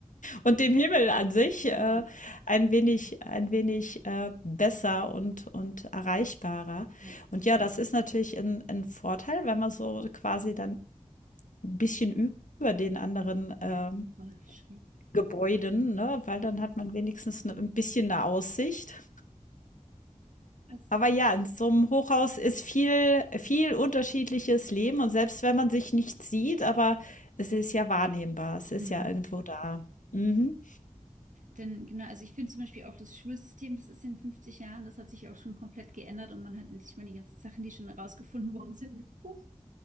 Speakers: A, on the left (about 85°); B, on the right (about 85°).
A: und dem Himmel an sich
B: Ja,
A: äh, ein wenig, ein wenig äh, besser und, und erreichbarer.
B: ja,
A: Und ja, das ist natürlich ein, ein Vorteil, wenn man so quasi dann ein bisschen über den anderen
B: Ja,
A: ähm,
B: aber schräg.
A: Gebäuden, ne? weil dann hat man wenigstens ne- ein bisschen eine Aussicht.
B: Das
A: Aber
B: ist.
A: ja, in so einem Hochhaus ist viel, viel unterschiedliches Leben und selbst wenn man sich nicht sieht, aber es ist ja wahrnehmbar, es ist
B: Mhm.
A: ja irgendwo da. Mhm.
B: Denn genau, also ich finde zum Beispiel auch das Schulsystem, das ist in 50 Jahren, das hat sich auch schon komplett geändert und man hat endlich mal die ganzen Sachen, die schon herausgefunden worden sind, hoch,